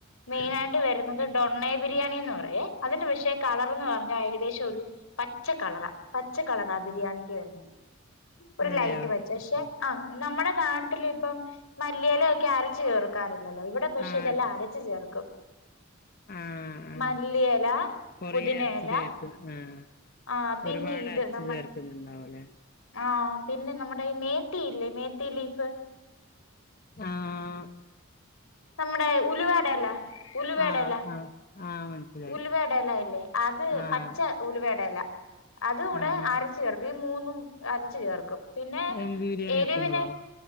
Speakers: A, on the left (about 85°); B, on the left (about 45°).
A: മെയിനായി ട്ട് വരുന്നത് ഡൊണ്ണെ ബിരിയാണി എന്ന് പറയുവേ അതിന്റെ പക്ഷേ കളറെന്ന് പറഞ്ഞാ ഏകദേശം ഒരു പച്ച കളറാ പച്ച കളറാ ബിരിയാണിക്ക് വരുന്നേ ഒരു
B: അതെയോ
A: ലൈറ്റ് വെച്ചെഷേ ആ നമ്മടെ നാട്ടിലിപ്പം മല്ലിയിലയൊക്കെ അരച്ച് ചേർക്കാറി റില്ലല്ലോ ഇവടെ പക്ഷെ
B: ആഹ്
A: ഇതെല്ലാം അരച്ച് ചേർക്കും.
B: ആഹ് ആ
A: മല്ലിയെല
B: കൊറേ
A: പുതിനയെല
B: അരച്ചു ചേർക്കുന്ന ആ
A: ആഹ് പിന്നെ
B: ഒരുപാട്
A: ഇത്
B: അരച്ചു
A: നമ്മടെ
B: തീർക്കുന്നുണ്ടാവുംലെ
A: ആഹ് പിന്നെ നമ്മുടെ ഈ മേത്തിയില്ലേ മേത്തി ലീഫ്
B: ആ ആ
A: നമ്മുടെ ഉലുവേടെല ഉലുവേടല
B: ആഹ് ആഹ് ആഹ് മനസ്സിലായി
A: ഉലുവേടല ഇല്ലേ അത്
B: ആഹ്
A: പച്ച ഉലുവേടല അതുടെ
B: ആഹ്
A: ആരച്ച് ചേർക്കും മൂന്നും അരച്ച് ചേർക്കും. പിന്നെ
B: എന്ത് ബിരിയാണി
A: എരിവിന്
B: വെക്കുമ്പളോ?